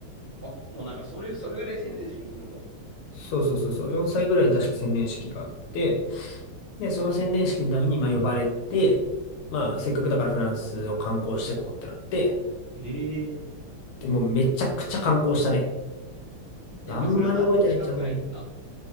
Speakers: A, on the right (about 40°); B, on the left (about 80°).
A: あ、もうなんかそれ、それぐらい宣伝式するんだ。
B: そうそうそうそう、4歳ぐらいで確か洗礼式があって、で、その洗礼式のために、まあ、呼ばれて、まあ、せっかくだからフランスを観光してこうってなって、
A: へえ。
B: でもうめちゃくちゃ観光したね。
A: なんかそれは何日間ぐらい行った
B: あんまり覚えてないっちゃもう